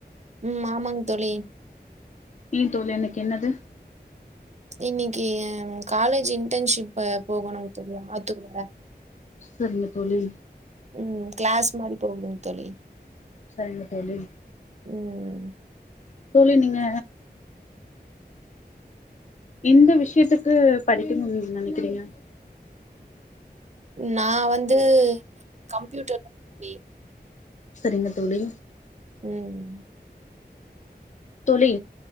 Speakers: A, on the right; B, on the left.
A: ம் ஆமாங் தோழி
B: ஈ தோழி எனக்கு என்னது
A: இன்னிக்கி காலேஜின் டென்ஷிப்பு போகணுங் தோழி ஆத்துர் வர
B: சரிங்க தோழி
A: ம் க்ளேஸ் மாரி போகுதுங் தோழி
B: சரிங்க தோழி
A: ம் ம்
B: தோழி நீங்க எந்த விஷ்யத்துக்கு படிக்கிணு நீங் நனைக்கிறீங்க
A: நா வந்து கம்ப்யூட்டர் தா வி
B: செரிங்க தோழி
A: ம்
B: தோழி